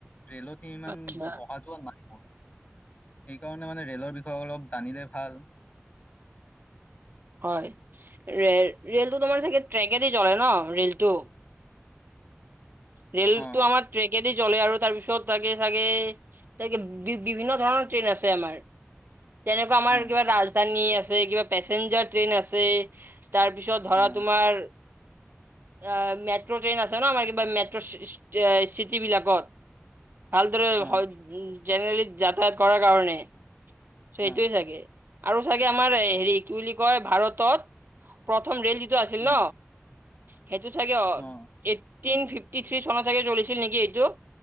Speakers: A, on the left; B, on the right.
A: ৰেলত ইমান
B: আচ্ছা
A: অহা যোৱা নাই। সেইকাৰণে মানে ৰেলৰ বিষয়ে অলপ জানিলে ভাল।
B: <inaudible> হয়ে ৰে ৰেলটো তোমাৰ চাগে ট্ৰেকেদি চলে ন ৰেলটো? ৰেলতটো
A: অ
B: আমাৰ ট্ৰেকেদি চলে আৰু তাৰপিছত চাগে চাগে তাকে বি-বিভিন্ন ধৰণৰ ট্ৰেইন আছে আমাৰ। তেনেকুৱা আমাৰ
A: অ
B: কিবা ৰাজধানী আছে, কিবা পেচেঞ্জাৰ ট্ৰেইন আছে। তাৰপিছত ধৰা
A: অ
B: তোমাৰ, এয়া মেট্ৰ' ট্ৰেইন আছে ন আমাৰ কিবা মেট চি- চি-চিটিবিলাকত ভালদৰে
A: অ
B: হয় জেনেৰেলি যাতায়াত কৰাৰ কাৰণে এ,
A: অ
B: আমাৰ হেৰি কি বুলি কয় ভাৰতত প্ৰথম ৰেল যে যে' আছিল
A: অ
B: ন সেইটো ছাগে <unintelligible>
A: অ
B: ফিফ ফিফটিথ্ৰী চনত ছাগে চলিছিল নেকি এইটো?